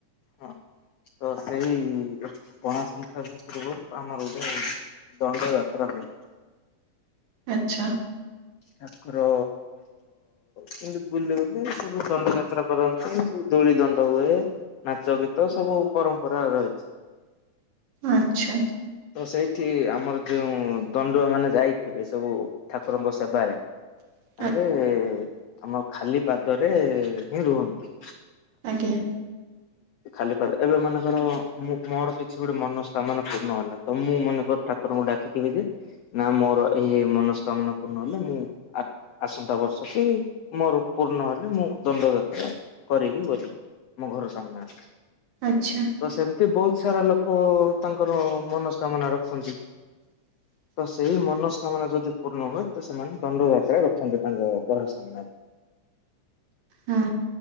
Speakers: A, on the left (about 85°); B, on the right (about 75°).
A: ହଁ, ତ ସେଇ ପଣା ସଂକ୍ରାନ୍ତି ପୂର୍ବରୁ ଆମର ଗୋଟେ ଦଣ୍ଡ ଯାତ୍ରା ହୁଏ।
B: ଆଛା।
A: ଠାକୁର କିନ୍ତୁ ବୁଲି ବୁଲି ସବୁ ଦଣ୍ଡ ଯାତ୍ରା କରନ୍ତି, ଯୋଉ ଧୂଳି ଦଣ୍ଡ ହୁଏ। ନାଚ ଗୀତ ସବୁ ପରମ୍ପରା ରହିଛି।
B: ଆଛା।
A: ତ ସେଇଠି ଆମର ଯୋଉ ଦଣ୍ଡୁଆ ମାନେ ଯାଇଥିବେ, ସବୁ ଠାକୁରଙ୍କ ସେବାରେ
B: <inaudible>
A: ତାଙ୍କେ ଆମ ଖାଲି ପାଦରେ ହିଁ ରୁହନ୍ତି।
B: ଆଜ୍ଞା।
A: ଖାଲି ପାଦ, ଏବେ ମନେକର ମୋ ମୋର କିଛି ଗୋଟେ ମନସ୍କାମନା ପୂର୍ଣ୍ଣ ହେଲା ତ, ମୁଁ ମନେକର ଠାକୁରଙ୍କୁ ଡାକିଥିବି ଯେ ନା ମୋର ଏଇ ମନସ୍କାମନା ପୂର୍ଣ୍ଣ ହେଲେ ମୁଁ ଆସନ୍ତା ବର୍ଷ କି ମୋର ପୂର୍ଣ ହେଲେ, ମୁଁ ଦଣ୍ଡ ଯାତ୍ରା କରିବି ବୋଲି। ମୋ ଘର ସାମ୍ନାରେ।
B: ଆଛା।
A: ତ ସେମିତି ବହୁତ ସାରା ଲୋକ ତାଙ୍କର ମନସ୍କାମନା ରଖନ୍ତି।
B: <inaudible>
A: ତ ସେଇ ମନସ୍କାମନା ଯଦି ପୂର୍ଣ୍ଣ ହୁଏ ତ, ସେମାନେ ଦଣ୍ଡଯାତ୍ରା ରଖନ୍ତି ତାଙ୍କ ଘର ସାମ୍ନାରେ।
B: ହଁ।